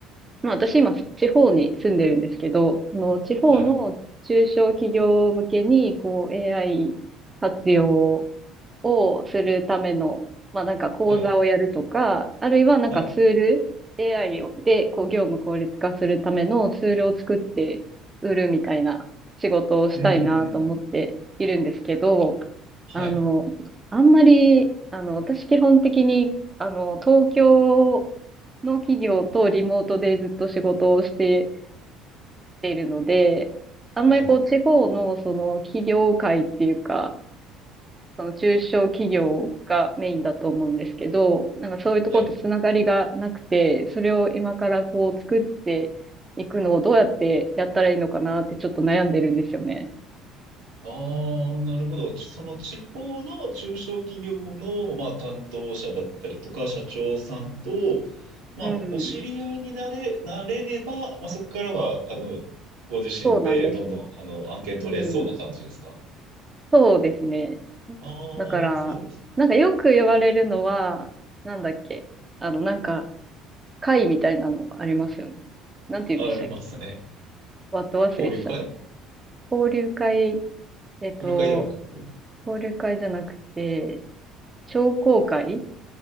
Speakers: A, on the right; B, on the right.
A: まあ私今地方に住んでるんですけど、その地方の中小企業向けにこう
B: はい。
A: AI 活用をするための、まあなんか講座をやるとか、
B: はい。
A: あるいはなんかツール、
B: はい。
A: AI をでこう業務効率化するためのツールを作って売るみたいな仕事をしたいなと思っているんですけど、
B: うんうんうんうん。はい。
A: あの、あんまり、あの、私基本的に、あの、東京の企業とリモートでずっと仕事をしているので、あんまりこう、
B: はい。
A: 地方のその企業界っていうか、その中小企業がメインだと思うんですけど、なんかそういうところとつながりがなくて、
B: はい
A: それを今からこう、作っていくのをどうやってやったらいいのかなってちょっと悩んでるんですよね。
B: ああ、なるほど。ちその地方の中小企業の、まあ、担当者だったりとか、社長さんと、まあ、
A: うん。
B: お知り合いになれ、なれれば、まあ、そこからは、あの、ご自身でどんどん、
A: そうなんですよ。
B: あの、案件取れそうな感じですか
A: うん。そうですね。
B: ああ
A: だから、
B: ー、そうですね。
A: なんかよく言われるのは、なんだっけ。あの、なんか、会みたいなのありますよね。なんて言うんでしたっけ。
B: ありますね。
A: わっと忘れしちゃった。
B: 交流会
A: 交流会、えっと、
B: 交流会ではなく
A: 交流会じゃなくて、商工会